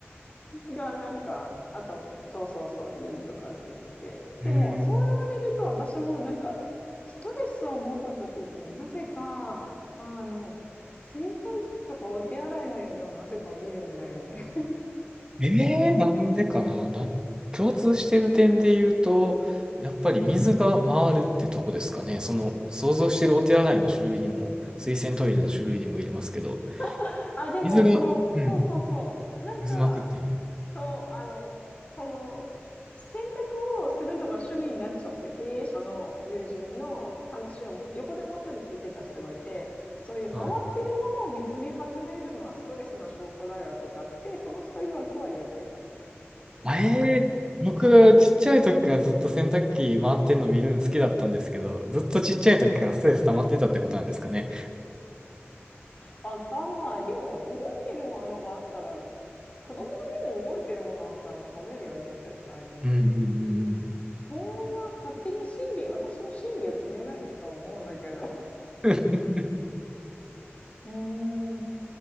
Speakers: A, on the left; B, on the right.
A: がなんか、あと、そうそうそう、いいとかって言ってて、
B: ーん。
A: でも、そう言われると、私もなんか、ストレスを持った時って、なぜか、あの、洗濯機とかお手洗いの夢をなぜか見るんだよね。
B: ええなんでかな、な、共通してる点で言うと、やっぱり水が回るってとこですかね。その、想像してるお手洗いの種類にも、水洗トイレの種類にもよりますけど、
A: <laughs> あ、でも、
B: 水が、
A: その、
B: うん、
A: そうそうそう、
B: うん
A: なんか、
B: うん渦巻くっていうね。
A: そう、あの、その、選択をするのが趣味になっちゃった経営者の友人の話を横でもう一人聞いてた人がいて、そういう回ってるものを見つめ始めるのはストレスの証拠だよとかって、
B: はい。
A: その人曰くは言ってた。
B: あええ僕、ちっちゃい時からずっと洗濯機回ってんの見るの好きだったんですけど、ずっとちっちゃい時からストレス溜まってたってことなんですかね。
A: わかんない。でも、動いてるものがあったら、子供でも動いてるものあったら眺めるよね、絶対ね。
B: うんうんうんうん。
A: そんな勝手に心理、私の心理を決めないねとは思うんだけど。
B: <laughs>
A: うーん。